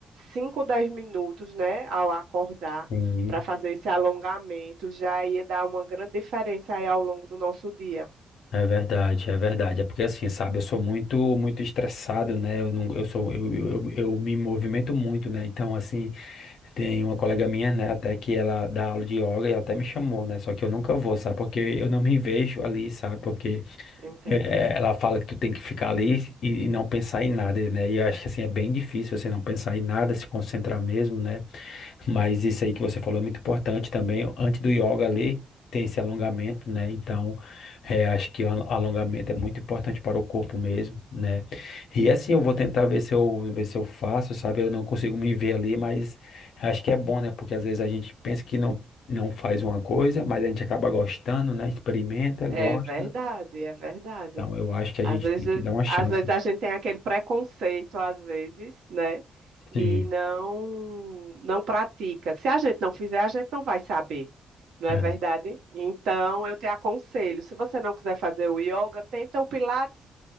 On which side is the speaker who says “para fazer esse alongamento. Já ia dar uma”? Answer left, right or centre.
Right